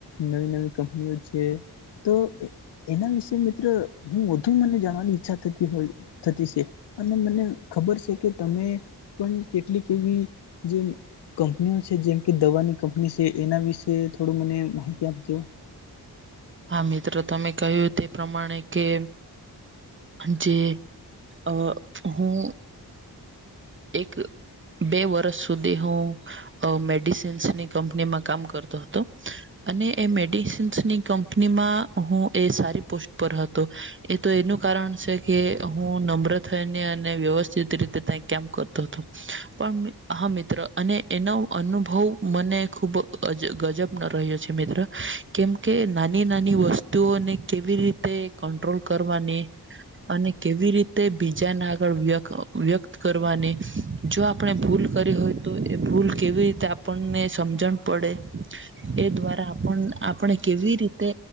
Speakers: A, on the left; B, on the right.
A: નવી નવી કંપનીઓ છે તો એના વિશે મિત્ર હું વધુ મને જાણવાની ઈચ્છા થતી હોય થતી છે. અને મને ખબર છે કે તમે પણ કેટલીક એવી જે કંપનીઓ છે જેમ કે દવાની કંપની છે એના વિશે થોડું મને માહિતી આપજો.
B: હા મિત્રો તમે કહ્યું તે પ્રમાણે કે જે અહ હું એક બે વરષ સુધી હું અહ મેડિસિન્સની કંપનીમાં કામ કરતો હ તો અને એ મેડિસન્સની કંપનીમાં હું એ સારી પોસ્ટ પર હ તો એ તો એનું કારણ છે કે હું નમ્ર થઈને અને વ્યવસ્થિત રીતે તઈ કેમ કરતો હતો પણ હા મિત્ર અને એનો અનુભવ મને ખુબ અજ ગજબનો રહ્યો છે. મિત્ર કેમ નાની નાની વસ્તુઓને કેવી રીતે કટ્રોલ કરવાની અને કેવી રીતે બીજાને આગળ વ્યક વ્યક કરવાની જો આપણે ભૂલ કરી હોય તો એ ભૂલ કેવી રીતે આપણને સમજણ પડે એ દ્વારા આપણ-આપણે કેવી રીતે